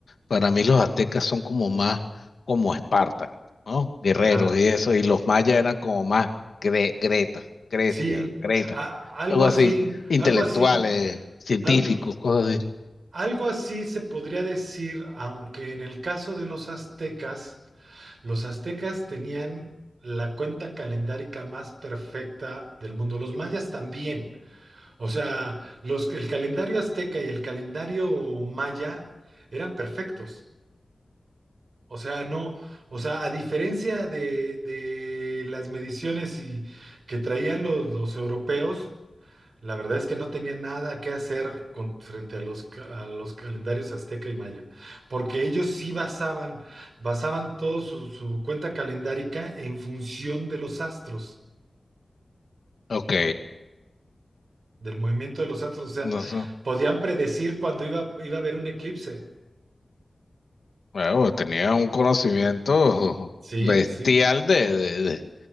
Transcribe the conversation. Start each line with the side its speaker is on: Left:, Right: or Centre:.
Left: Para mí los aztecas son como más como Esparta, ¿no? Guerreros
Right: Ajá.
Left: y eso, y los mayas eran como más gre- Greta, Grecia,
Right: Sí,
Left: Greta,
Right: a- algo
Left: algo
Right: así,
Left: así, intelectuales,
Right: algo así,
Left: científicos,
Right: al-
Left: cosas así.
Right: algo así se podría decir, aunque en el caso de los aztecas Los aztecas tenían la cuenta calendárica más perfecta del mundo. Los mayas también. O sea, los, el calendario azteca y el calendario maya eran perfectos. O sea, no, o sea, a diferencia de, de las mediciones y, que traían los, los europeos, la verdad es que no tenía nada que hacer con- frente a los, ca- a los calendarios azteca y maya, porque ellos sí basaban, basaban todo su, su cuenta calendárica en función de los astros,
Left: Ok,
Right: del movimiento de los astros, o sea,
Left: no sé.
Right: podían predecir cuando iba, iba a haber un eclipse.
Left: Bueno, tenía un conocimiento
Right: Sí,
Left: bestial
Right: sí,
Left: de, de, de-